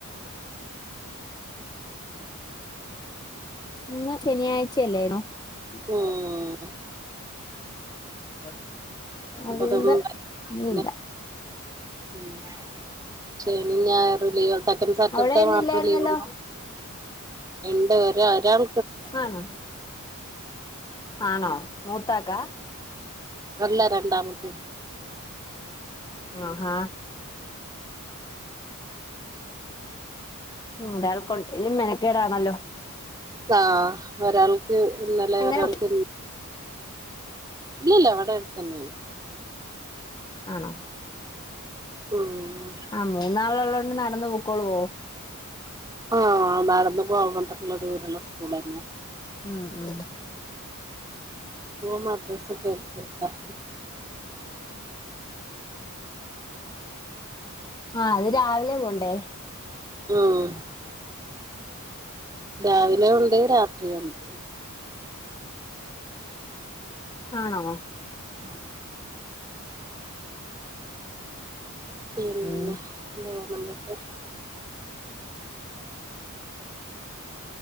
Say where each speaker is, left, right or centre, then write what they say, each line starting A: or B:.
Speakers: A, on the left (about 20°); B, on the right (about 15°).
A: ഇന്ന് ശനിയാഴ്ച്ചയല്ലെനു. <unintelligible>
B: ഉം
A: <unintelligible> അതുകൊണ്ട്
B: ഇവിടുണ്ട്
A: ഇന്നില്ല
B: ഇന്ന് ഉം ശനീം ഞായറും ലീവ സെക്കന്റ് സാറ്റർഡേ
A: അവിടെ ഇന്നില്ലായിരുന്നല്ലോ
B: മാത്രേ ലീവൊള്ളൂ. ഇണ്ടോരു ഒരാൾ
A: ആണോ ആണോ ത്താക്കാ?
B: ഇതല്ല രണ്ടാമത്തേത്.
A: ആ ആ ഒരാളൊക്കൊണ്ടേലും മെനക്കേടാണല്ലോ.
B: ആ ഒരാള് ക് ഇന്നലെയൊരാൾക്
A: എങ്ങനെ
B: നീയല്ലെവിടെടുത്തന്നേണ്.
A: ആണോ?
B: ഉം
A: ആ മൂന്നാളൊള്ളോണ്ട് നടന്നുപോം. ക്കോളുവോ?
B: ആ നടന്നുപോവും. മറ്റുള്ളതുപോലെയുള്ള സ്കൂളല്ല.
A: ആ ആ
B: പോവുമ്പാ ഡ്രസ്സൊക്കെടുത്തുവെക്ക.
A: ആ അതു രാവിലെ പോണ്ടേ?
B: ഉം രാവിലേ ഒണ്ട് രാത്രീ ഒണ്ട്.
A: ആണോ?
B: <inaudible> പിന്നെ
A: ഉം
B: വേറെന്തക്കെ?